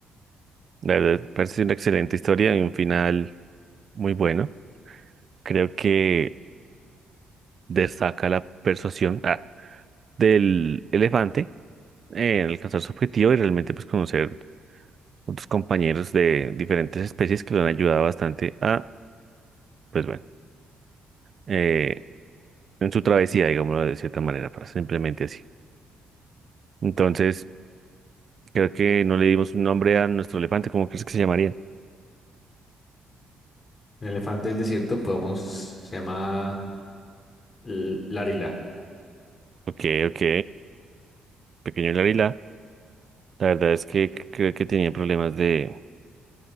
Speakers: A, on the right; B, on the left.
A: La verdad, parece una excelente historia y un final muy bueno. Creo que destaca la persuasión ah, del elefante en alcanzar su objetivo y realmente pues conocer otros compañeros de diferentes especies que lo han ayudado bastante a, pues bueno, eh, en su travesía, digámoslo de cierta manera, para simplemente así. Entonces, creo que no le dimos un nombre a nuestro elefante, ¿cómo crees que se llamaría?
B: El elefante del desierto podemos, se llama L- Larila.
A: Ok, ok, pequeño Larila. La verdad es que c- creo que tenía problemas de,